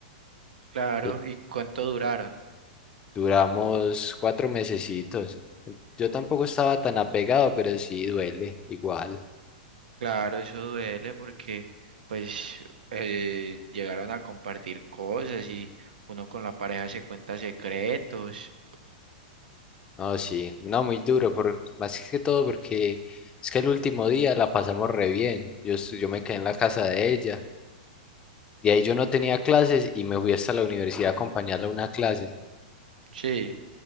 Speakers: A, on the right (about 85°); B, on the left (about 20°).
A: Claro,
B: Y
A: ¿y cuánto duraron?
B: duramos cuatro mesecitos. Yo tampoco estaba tan apegado, pero sí duele, igual.
A: Claro, eso duele porque, pues, eh, llegaron a compartir cosas y uno con la pareja se cuenta secretos.
B: No, sí, no, muy duro, por, más que todo porque es que el último día la pasamos re bien. Yo, estu- yo me quedé en la casa de ella. De ahí yo no tenía clases y me fui hasta la universidad a acompañarla a una clase.
A: Sí.